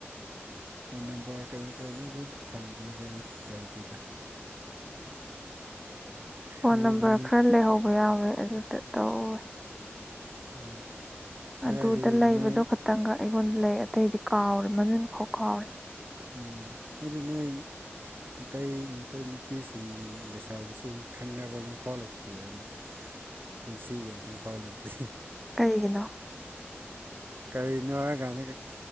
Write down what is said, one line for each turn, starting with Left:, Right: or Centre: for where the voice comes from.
Right: ꯐꯣꯟ ꯅꯝꯕꯔ ꯀꯔꯤ ꯀꯩꯅꯣꯁꯨ ꯊꯝꯗꯦ ꯑꯩꯈꯣꯏꯗꯤ ꯂꯩꯇꯦꯗ꯫
Centre: ꯐꯣꯟ
Right: ꯑꯗꯨꯅꯤ
Centre: ꯅꯝꯕꯔ ꯈꯔ ꯂꯩꯍꯧꯕ ꯌꯥꯎꯋꯦ ꯑꯗꯨꯗ ꯇꯧꯋꯦ
Right: <inaudible> ꯑꯗꯨꯗꯤ
Centre: ꯑꯗꯨꯗ ꯂꯩꯕꯗꯣ
Right: ꯅꯣꯏ
Centre: ꯈꯇꯪꯒ ꯑꯩꯉꯣꯟꯗ ꯂꯩ ꯑꯇꯩꯗꯤ ꯀꯥꯎꯔꯦ ꯃꯃꯤꯡ ꯐꯥꯎ ꯀꯥꯎꯔꯦ꯫
Right: ꯎꯝ ꯑꯩꯗꯤ ꯅꯣꯏ ꯃꯩ ꯃꯩꯇꯩ ꯅꯨꯄꯤꯁꯤꯡ ꯂꯩꯁꯥꯕꯤꯁꯤꯡ ꯈꯪꯅꯕ ꯑꯃꯐꯥꯎ ꯂꯩꯇꯦ ꯑꯩ꯫ ꯄꯨꯟꯁꯤꯒꯤ ꯑꯃꯐꯥꯎ ꯂꯩꯇꯦ꯫
Centre: ꯀꯩꯒꯤꯅꯣ
Right: ꯀꯩꯒꯤꯅꯣ ꯍꯥꯏꯒꯟꯗ <unintelligible>